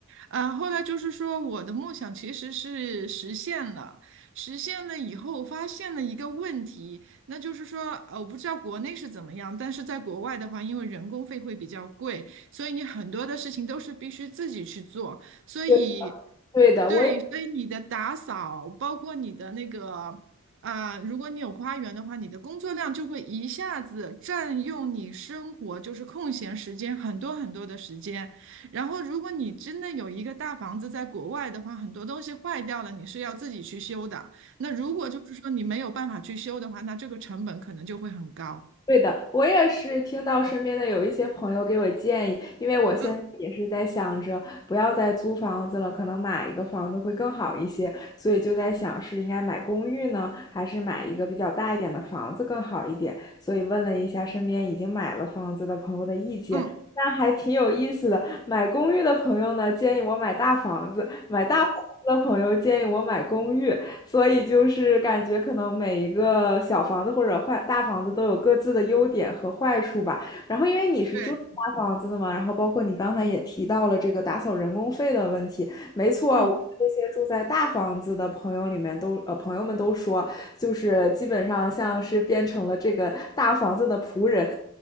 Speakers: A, on the right (about 60°); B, on the left (about 20°).
A: 啊，后来就是说，我的梦想其实是实现了，实现了以后，发现了一个问题，那就是说，呃，我不知道国内是怎么样，但是在国外的话，因为人工费会比较贵，所以你很多的事情都是必须自己去做，所以，
B: 对，对的，
A: 对，
B: 我也
A: 所以你的打扫，包括你的那个。啊、如果你有花园的话，你的工作量就会一下子占用你生活，就是空闲时间很多很多的时间。然后，如果你真的有一个大房子在国外的话，很多东西坏掉了，你是要自己去修的。那如果就是说你没有办法去修的话，那这个成本可能就会很高。
B: 对的，我也是听到身边的有一些朋友给我建议，因为我现在也是在想着不要再租房子了，
A: 嗯
B: 可能买一个房子会更好一些，所以就在想是应该买公寓呢，还是买一个比较大一点的房子更好一点，所以问了一下身边已经买了房子的朋友的意见。
A: 嗯，
B: 那还挺有意思的。买公寓的朋友呢，建议我买大房子；买大房子的朋友建议我买公寓。所以就是感觉可能每一个小房子或者坏大房子都有各自的优点和坏处吧。然后因为你是住大房子的嘛，
A: 对，
B: 然后包括你刚才也提到了这个打扫人工费的问题，没错，
A: 嗯，
B: 我。们这些住在大房子的朋友里面都呃朋友们都说，就是基本上像是变成了这个大房子的仆人，